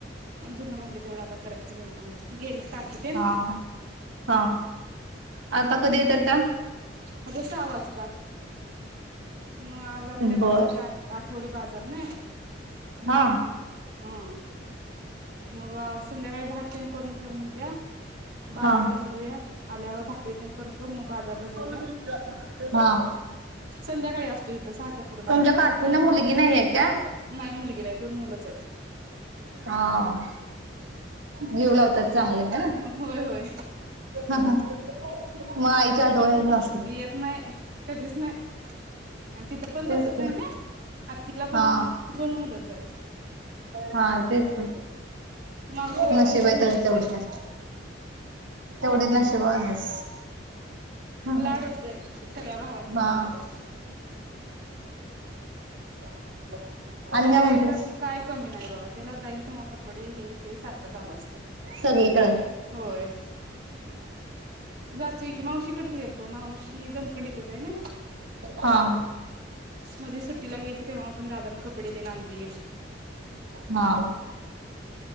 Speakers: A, on the right; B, on the right.
A: दुन्ह भांडि तेवढ आता करायचं निवांत गेलीत काकीतेन?
B: हा हा हा. आता कधी येतात त्या?
A: आता सहा वाजता, मग आज आमच्या गावच
B: बर.
A: ते आठवडी बाजा र नाही
B: हा
A: हम्म मग संध्याकाळी भात तेन करून ठेव म्हंटल्या. बाजारला
B: हा
A: जाऊया आल्यावर भा करी तेन करतो मग बाजारला
B: <unintelligible>
A: जाऊया
B: हा
A: संध्याकाळी असतो इथं सहाच्या पुढे बाजार.
B: तुमच्या काकींना मुलगी नाहीये का?
A: नाही मुलगी नाही दोन मुलं. च आहे.
B: हा <unintelligible> होता चांगले ना.
A: होय होय
B: ह ह मग आईच्या आठवन येते नसेल.
A: येत नाही कधीच नाही. आणि तिथं पण
B: तेच
A: तसच
B: की
A: आहे ना आतिला पण
B: हा
A: दोन मुलंच आहेत.
B: हा तेच.
A: मावशीला
B: नशिबाई
A: पण दोन
B: आहे तर
A: मुलंच
B: तेवढ
A: आहेत
B: जास् तेवढीच नशिबवान हाईस. हम
A: लाड
B: हम
A: होतोय सगळ्या भावांकडनं
B: हा.
A: लाड होतोय
B: <inaudible> आणि
A: मुलग्याला
B: काय म्हणतेस
A: तर काय कमी नाही बघा त्याला जाईल तेव्हा कपडे हे ते सारखं चालू असते.
B: सगळीकडं.
A: होय जातोय की मावशीकडेच गेल तो मावशी जमकंडीतच आहे ना.
B: हा
A: मध्ये सुट्टीला गेल तर तेव्हा आपण दादान कप डे तेन आणली.
B: हा हा